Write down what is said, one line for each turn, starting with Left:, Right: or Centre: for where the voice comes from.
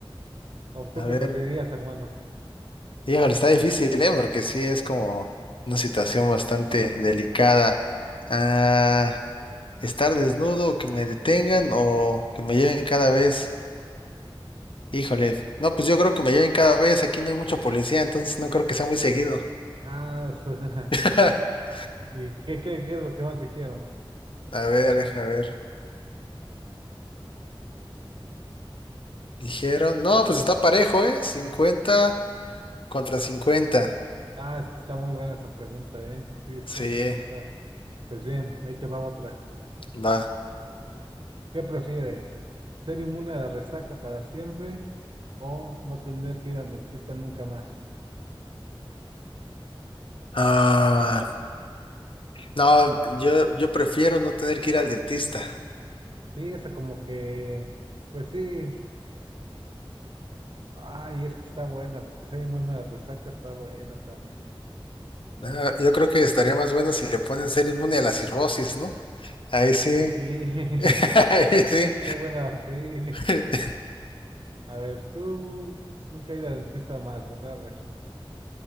Right: ¿O tú
Left: A
Right: qué
Left: ver,
Right: preferirías, hermano?
Left: híjole, está difícil, ¿eh? Porque sí es como una situación bastante delicada. Ah, estar desnudo, que me detengan o que me lleven cada vez. Híjole, no, pues yo creo que me lleven cada vez. Aquí no hay mucho policía, entonces no creo que sea muy seguido.
Right: Ah, su- <laughs>
Left: <laughs>
Right: ¿Y qué, qué, qué es lo que más dijeron?
Left: A ver, deja ver. Dijeron, no, pues está parejo, ¿eh? cincuenta Contra cincuenta
Right: Ah, es que está muy buena esa pregunta, ¿eh? Sí, sí,
Left: Sí,
Right: es de pensar. Pues bien, ahí te va otra.
Left: va.
Right: ¿Qué prefieres? ¿Ser inmune a la resaca para siempre o no tener que ir al dentista nunca más?
Left: Ah, no, yo, yo prefiero no tener que ir al dentista.
Right: Sí, esa como que, pues sí, ay, es que está buena, porque ser inmune a la resaca está buena también.
Left: Ah, yo creo que estaría más bueno si le ponen ser inmune a la cirrosis, ¿no? Ahí sí.
Right: Y sí, <laughs>
Left: <laughs> Ahí sí.
Right: qué buena, sí.
Left: <laughs>
Right: A ver, tú nunca ir al dentista más, ¿verdad? A ver.